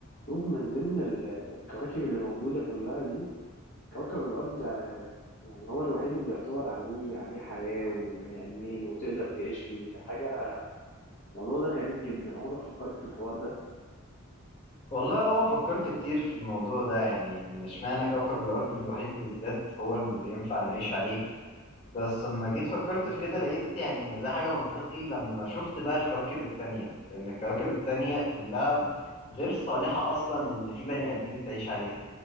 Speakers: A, on the left; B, on the left.
A: شوف من ضمن ال- الكواكب اللي موجودة كلها دي كوكب الأرض يعني هو الوحيد اللي يعتبر عليه عليه حياة وبني آدمين وتقدر تعيش فيه ده حاجة الموضوع ده غريب جدا عمرك فكرت في الحوار ده
B: والله اه فكرت كتير في الموضوع ده يعني ان اشمعنى كوكب الارض الوحيد بالذات هو اللي ينفع نعيش عليه بس لما جيت فكرت في
A: مم.
B: كده لقيت يعني ان ده حاجة منطقي لما شفت بقى الكواكب التانية لان الكواكب التانية كلها غير صالحة اصلا ان في بني ادمين تعيش عليها